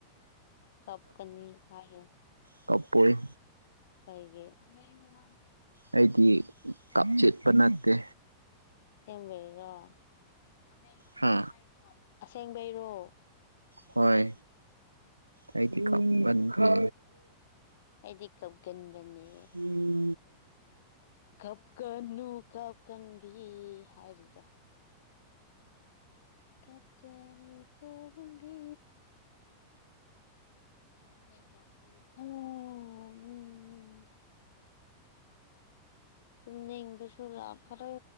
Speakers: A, on the left; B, on the right.
A: ꯇꯥꯞꯀꯅꯤ ꯍꯥꯏꯌꯣ
B: ꯇꯥꯞꯄꫭꯏ
A: ꯀꯩꯒꯤ <unintelligible>
B: ꯑꯩꯗꯤ
A: <unintelligible>
B: ꯀꯞ ꯆꯦꯠꯄ ꯅꯠꯇꯦ
A: ꯁꯦꯡꯕꯩꯔꯣ <unintelligible>
B: ꯍꯥ
A: ꯑꯁꯦꯡꯕꯩꯔꯣ
B: ꯍꯣꯏ ꯑꯩꯗꯤ ꯀꯞꯃꯟꯗꯦ
A: ꯑꯩꯗꯤ ꯀꯞꯒꯟꯕꯅꯦ
B: <unintelligible>
A: ꯀꯞꯀꯅꯨ ꯀꯞꯀꯥꯟꯕꯤ ꯍꯥꯏꯔꯤꯗꯨ ꯀꯞꯀꯅꯨ ꯀꯞꯀꯥꯟꯕꯤ <unintelligible> ꯑꯣ ꯎꯝ ꯎꯝ ꯇꯨꯝꯅꯤꯡꯕꯁꯨ ꯂꯥꯈꯔ꯭ꯦ